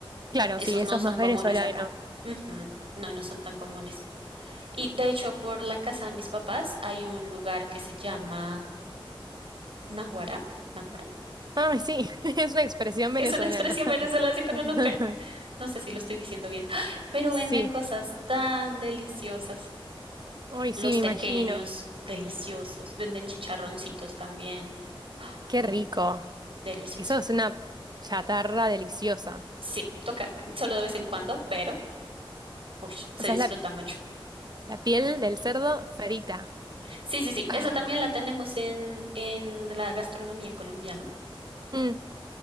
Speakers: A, on the right; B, on the right.
A: Claro,
B: Esos
A: sí, eso
B: no
A: es
B: son
A: más
B: comunes
A: venezolano.
B: acá. Ujú, No, no son tan comunes. Y de hecho, por la casa de mis papás hay un lugar que se llama Naguará, Naguará,
A: Ay, sí, <laughs> es una expresión venezolana.
B: que es una expresión venezolana, sí, pero
A: <laughs>
B: nunca, no sé si lo estoy diciendo bien, <gasps> pero
A: Sí,
B: venden cosas tan deliciosas.
A: hoy
B: Los
A: sí, me
B: tequeños,
A: imagino.
B: deliciosos. Venden chicharroncitos también. ¡Ah!
A: Qué
B: Muy
A: rico.
B: rico, delicioso.
A: Eso es una chatarra deliciosa.
B: Sí, toca solo de vez en cuando, pero ush, se
A: O sea,
B: disfruta
A: es la,
B: mucho.
A: la piel del cerdo frita.
B: Sí, sí, sí,
A: Ah,
B: esa también la tenemos en, en la gastronomía colombiana.
A: mm,